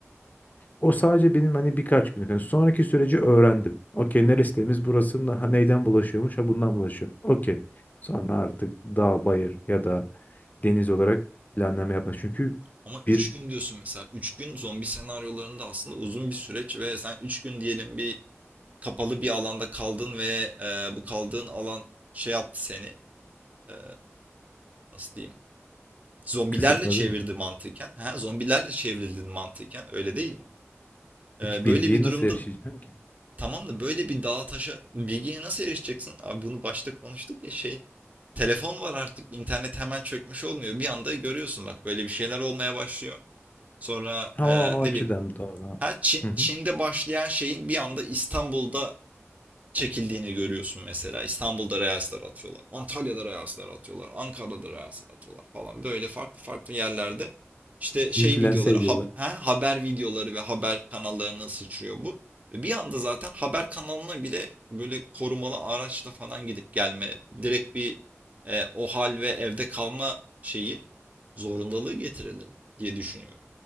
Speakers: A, on the left (about 35°); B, on the right (about 30°).
A: O sadece benim hani birkaç günlük. Hani sonraki süreci öğrendim. Okey neresi temiz burasının ha, neyden bulaşıyormuş ha bundan bulaşıyor. Okey. Sonra artık dağ, bayır ya da deniz olarak planlama yapmak. Çünkü
B: Ama
A: bir
B: 3 gün diyorsun mesela. üç gün zombi senaryolarında aslında uzun bir süreç ve sen 3 gün diyelim bir kapalı bir alanda kaldın ve e, bu kaldığın alan şey yaptı seni. e, nasıl diyeyim? Zombilerle
A: kısıtladı
B: çevirdi
A: mı?
B: mantıken. Ha, zombilerle çevrildin mantıken. Öyle değil mi?
A: Peki
B: E,
A: bilgiye
B: böyle bir
A: nasıl
B: durumda
A: erişeceğim ki?
B: tamam da böyle bir dağa taşa bilgiye nasıl erişeceksin? Abi bunu başta konuştuk ya şey. Telefon var artık. internet hemen çökmüş olmuyor. Bir anda görüyorsun bak böyle bir şeyler olmaya başlıyor. Sonra
A: Ha
B: e,
A: o açıdan
B: ne bileyim
A: doğru.
B: Ha, Çin,
A: Hı hı.
B: Çin'de başlayan şeyin bir anda İstanbul'da çekildiğini görüyorsun mesela. İstanbul'da Reels'ler atıyorlar. Antalya'da Reels'ler atıyorlar. Ankara'da Reels'ler atıyorlar falan. Böyle farklı farklı yerlerde işte şey
A: İnfluense
B: videoları,
A: ediyorlar.
B: hab- ha, haber videoları ve haber kanallarına sıçrıyor bu. Ve bir anda zaten haber kanalına bile böyle korumalı araçla falan gidip gelme, direkt bir e, o hal ve evde kalma şeyi zorundalığı getirelim diye düşünüyorum.